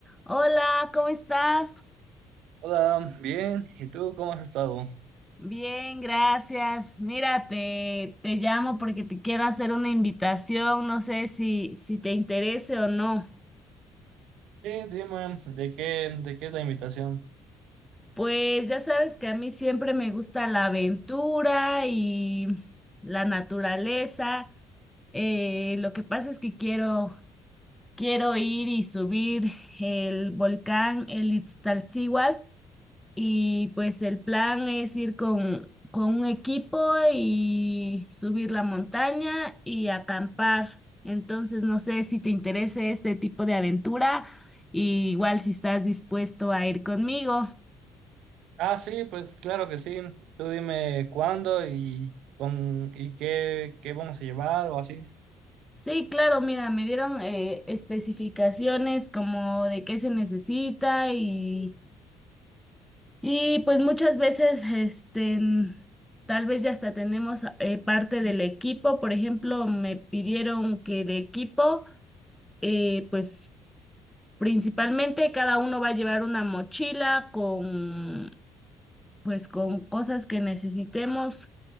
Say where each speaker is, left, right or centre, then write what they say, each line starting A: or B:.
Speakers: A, in the centre; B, on the right.
A: Hola, ¿cómo estás?
B: Hola, bien. ¿Y tú cómo has estado?
A: Bien, gracias. Mira, te, te llamo porque te quiero hacer una invitación, no sé si, si te interese o no.
B: Sí, dime, ¿de qué, de qué la invitación?
A: Pues ya sabes que a mí siempre me gusta la aventura y la naturaleza. Eh, lo que pasa es que quiero, quiero ir y subir el volcán, el Iztaccíhuatl Y pues el plan es ir con, con un equipo y subir la montaña y acampar. Entonces, no sé si te interesa este tipo de aventura, y igual si estás dispuesto a ir conmigo.
B: Ah, sí, pues claro que sí. Tú dime cuándo y con y qué, qué vamos a llevar o así.
A: Sí, claro, mira, me dieron eh, especificaciones como de qué se necesita y, y pues muchas veces, este, tal vez ya hasta tenemos eh, parte del equipo. Por ejemplo, me pidieron que el equipo eh, pues principalmente cada uno va a llevar una mochila con, pues, con cosas que necesitemos